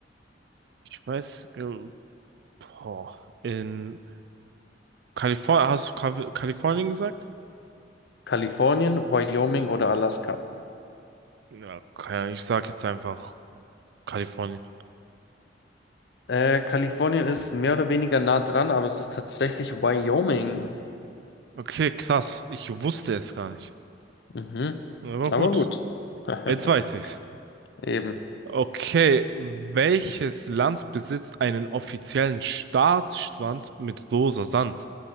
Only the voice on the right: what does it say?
ich weiß, äh, boah, in Kalifornien, hast du Kal- Kalifornien gesagt?
Ja, okay, ich sag jetzt einfach Kalifornien.
Okay, krass. Ich wusste es gar nicht.
Aber
gut,
jetzt weiß ich's.
Okay, welches Land besitzt einen offiziellen Staatsstrand mit rosa Sand?